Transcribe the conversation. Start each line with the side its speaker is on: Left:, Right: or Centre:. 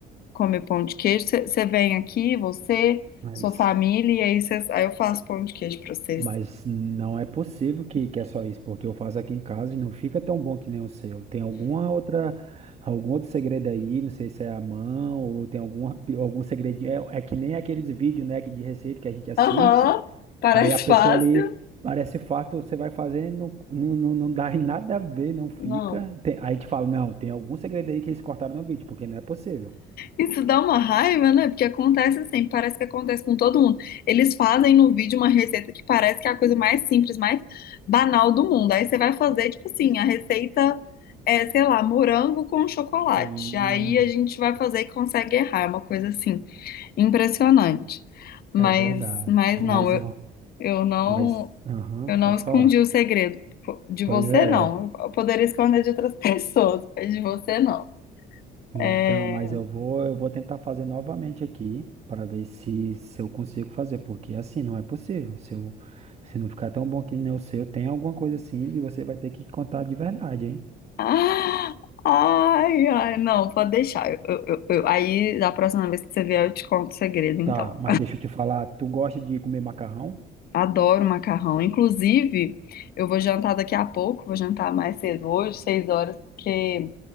Left: comer pão de queijo, você você vem aqui, você,
Right: mas
Left: sua família, e aí, cês- aí eu faço pão de queijo pra vocês.
Right: Mas não é possível que, que é só isso, porque eu faço aqui em casa e não fica tão bom que nem o seu. Tem alguma outra, algum outro segredo aí, não sei se é a mão ou tem alguma, pi- algum segredinho. É, é que nem aqueles vídeos, né, que de receita que a gente assiste,
Left: Aham, parece
Right: aí a pessoa
Left: fácil.
Right: ali parece fácil, você vai fazer, não, não, não, não dá em nada a ver, não fica.
Left: Não.
Right: Tem- aí a gente fala, não, tem algum segredo aí que eles cortaram no vídeo, porque não é possível.
Left: Isso dá uma raiva, né? Porque acontece assim, parece que acontece com todo mundo. Eles fazem no vídeo uma receita que parece que é a coisa mais simples, mais banal do mundo. Aí você vai fazer, tipo assim, a receita é, sei lá, morango com chocolate.
Right: Sim,
Left: Aí a gente vai fazer e consegue errar, é uma coisa assim, impressionante. Mas,
Right: é verdade.
Left: mas
Right: Mas
Left: não, eu,
Right: eu,
Left: eu não,
Right: mas, aham,
Left: eu
Right: pode
Left: não escondi
Right: falar.
Left: o segredo. De
Right: Pois
Left: você,
Right: é.
Left: não. Eu poderia esconder de outras <laughs> pessoas, mas de você, não.
Right: Então,
Left: É,
Right: mas eu vou, eu vou tentar fazer novamente aqui para ver se, se eu consigo fazer, porque assim não é possível. Se eu, se não ficar tão bom que nem o seu, tem alguma coisa assim e você vai ter que contar de verdade, hein?
Left: <laughs> Ah, Ai, ai, não, pode deixar. Eu, eu- eu- eu- aí, da próxima vez que você vier, eu te conto o segredo, então.
Right: Tá, mas deixa eu te falar, tu gosta de comer macarrão?
Left: Adoro macarrão. Inclusive, eu vou jantar daqui a pouco, vou jantar mais cedo hoje, seis horas, porque